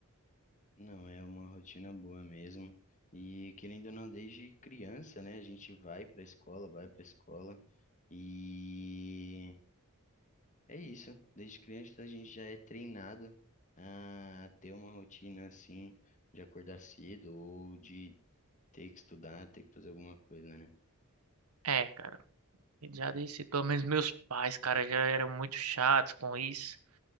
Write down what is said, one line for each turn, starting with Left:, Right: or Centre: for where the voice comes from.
Left: Não, é uma rotina boa mesmo. E querendo ou não, desde criança, né? A gente vai para a escola, vai para a escola. E É isso, desde criança a gente já é treinado a ter uma rotina assim, de acordar cedo ou de ter que estudar, ter que fazer alguma coisa, né?
Right: É, cara, já disse, pelo menos meus pais, cara, já eram muito chatos com isso.